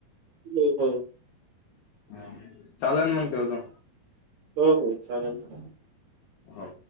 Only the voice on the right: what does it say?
हम्म हम.
हो हो चालन चालन.